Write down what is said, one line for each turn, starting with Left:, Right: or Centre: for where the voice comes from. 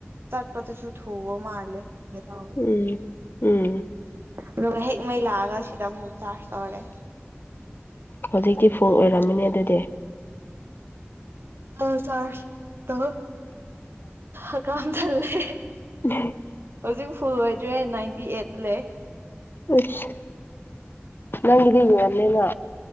Right: ꯇꯠꯄꯇꯁꯨ ꯊꯧꯑꯣ ꯃꯥꯔꯂ ꯇꯨ ꯇꯥꯕꯗ
Left: ꯎꯝ ꯎꯝ
Right: ꯑꯗꯨꯒ ꯍꯦꯛ ꯃꯩ ꯂꯥꯛꯑꯒ ꯁꯤꯗ ꯑꯃꯨꯛ ꯆꯥꯔꯖ ꯇꯧꯔꯦ
Left: ꯍꯧꯖꯤꯛꯇꯤ ꯐꯨ ꯑꯣꯏꯔꯝꯃꯅꯤ ꯑꯗꯨꯗꯤ
Right: ꯑ ꯁꯥꯣ ꯑ ꯀꯝ ꯊꯂꯦ
Left: <unintelligible>
Right: ꯍꯧꯖꯤꯛ ꯐꯨꯜ ꯑꯣꯏꯗ꯭ꯔꯦ ꯅꯥꯏꯟꯇꯤ ꯑꯩꯠꯇ ꯂꯩ
Left: ꯑꯁ ꯅꯪꯗ ꯋꯥꯟꯅꯦꯅ